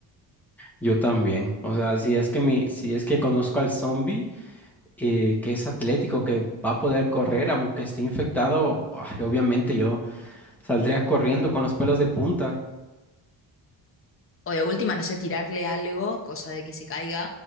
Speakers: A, in the centre; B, on the left (about 30°).
A: Yo también. O sea, si es que mi, si es que conozco al zombie eh, que es atlético, que va a poder correr aunque esté infectado, ay, obviamente yo saldría corriendo con los pelos de punta.
B: O de última, no sé, tirarle algo, cosa de que se caiga